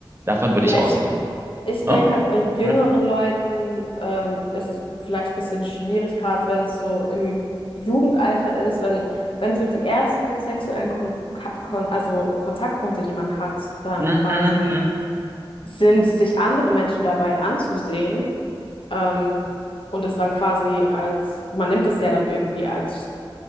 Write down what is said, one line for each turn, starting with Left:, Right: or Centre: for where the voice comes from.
Right: Davon würde
Left: Ja,
Right: ich ausgehen.
Left: ich, Ich denke
Right: Ne?
Left: halt bei jüngeren
Right: Hm?
Left: Leuten ähm, ist es vielleicht ein bisschen schwierig, gerade wenn es so im Jugendalter ist, wenn, wenn so die ersten sexuellen Kon Kon also Kontaktpunkte, die man hat, dann
Right: Hm,
Left: quasi
Right: hm, hm, hm.
Left: sind, sich andere Menschen dabei anzusehen ähm, und das dann quasi als, man nimmt es ja dann irgendwie als,